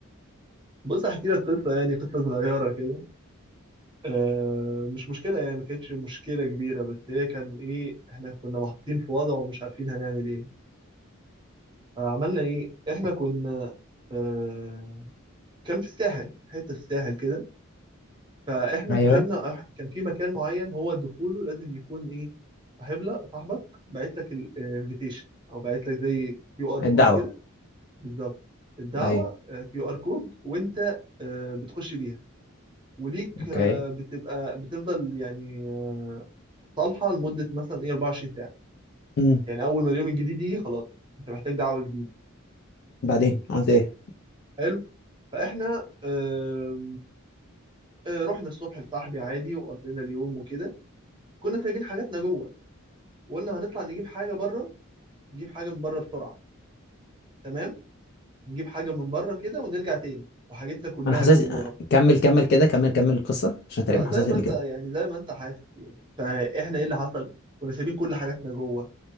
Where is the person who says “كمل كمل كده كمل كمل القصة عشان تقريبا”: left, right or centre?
Left